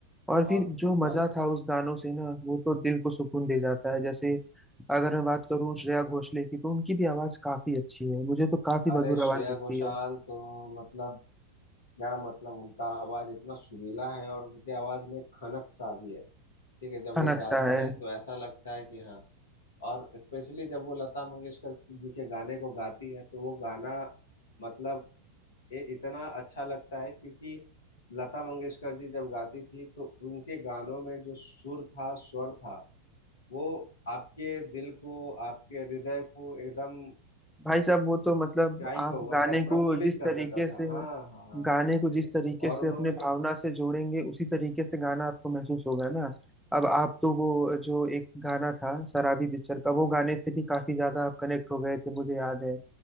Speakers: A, in the centre; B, on the left.
A: और
B: बहुत
A: फिर जो
B: खूब बहुत
A: मजा
B: खूब
A: था उस गानों से ना वो तो दिल को सुकून दे जाता है जैसे अगर मैं बात करूँ श्रेया घोषाल की तो उनकी भी आवाज काफी अच्छी है मुझे तो काफी
B: अरे
A: मधुर
B: श्रेया
A: आवाज लगती
B: घोषाल
A: है
B: तो मतलब क्या मतलब उनका आवाज इतना सुरीला है और उनके आवाज में खनक सा भी है ठीक है जब
A: का
B: वो
A: नक्शा
B: गाती
A: है
B: है तो ऐसा लगता है कि हाँ और स्पेशली जब वो लता मंगेशकर जी के गाने को गाती है तो वो गाना मतलब ये इतना अच्छा लगता है क्योंकि लता मंगेशकर जी जब गाती थी तो उनके गानों में जो सुर था स्वर था वो आपके दिल को आपके हृदय को एकदम
A: भाई साहब वो तो मतलब
B: क्या ही
A: आप
B: कहूँ मतलब
A: गाने
B: प्रफुल्लित
A: को जिस
B: कर
A: तरीके
B: देता था
A: से
B: हाँ हाँ हाँ,
A: गाने
B: हाँ,
A: को
B: अरे
A: जिस तरीके
B: और
A: से
B: उन्होंने
A: अपने भावना
B: जो
A: से जोड़ेंगे उसी तरीके से गाना आपको महसूस होगा ना अब आप तो वो जो एक गाना था शराबी पिक्चर का वो गाने से भी काफी ज्यादा आप कनेक्ट हो गए थे मुझे याद है